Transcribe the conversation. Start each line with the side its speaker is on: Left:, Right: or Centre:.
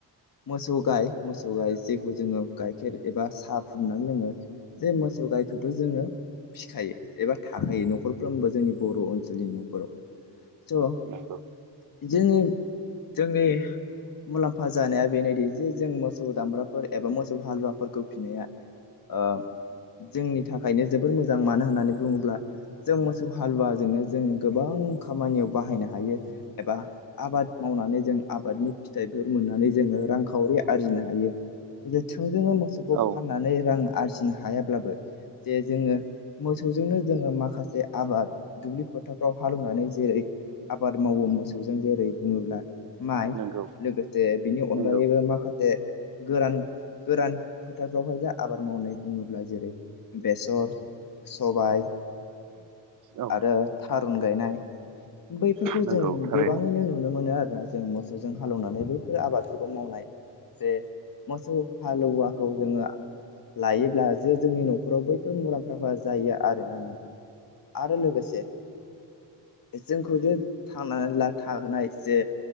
Left: मोसौ गाय मोसौ गाय जेखौ जोङो गाइखेर एबा साहा फुननानै लोङो जे ‌‌‍‍मोसौ गायखो जोङो फिखायो एबा थाखायो न'खरफ्रोमबो जोंनि बर' ओनसोलनि न'खराव। ज।
Right: नंगौ
Left: जों जोंनि। मुलाम्फा जानाया बेनोदि जे जों मोसौ दामब्राफोर एबा मोसौ हालुवाफोरखौ फिसिनाया। आ जोंनि। थाखायनो जोबोर मोजां मानो होननानै बुङोब्ला जों मोसौ हालुवाजोंनो जोङो गोबां खामानियाव बाह। बाहायनो हायो एबा आबाद मावनानै जों आबादनि फिथाइफोर मोननानै जोङो रांखावरि आरजिनो हायो थोंजोङनो मोसौखौ
Right: औ
Left: फाननानै रां आरजिनो हायाब्लाबो जे जोङो मोसौजोंनो जोङो माखासे आबाद दुब्लि फोथारफ्राव हालेवनानै जेरै आबाद मावो मोसौजों जेरै बुङोब्ला माइ
Right: नंगौ
Left: लोगोसे बिनि अनगायैबो
Right: नंगौ
Left: माखासे गोरान गोरान फोथारफ्रावहाय जों आबाद मावनाय बुङोब्ला जेरै बेसर सबाय
Right: औ
Left: आरो थारुन गायनाय बैफोरखौ
Right: नंगौ
Left: जों
Right: थारैनो
Left: गोबाङैनो नुनो मोनो आरो। जों मोसौजों हालेवनानै बैफोर आबादफोरखौ मावनाय जे मोसौ हालुआखौ जोङो लायोब्ला जे जोंनि नो फोराव बैफोर मुलाम्फाफ्रा जायो आरोना नोंथां आरो लोगोसे जोंखौ जे थांनानैला थाहोनाय जे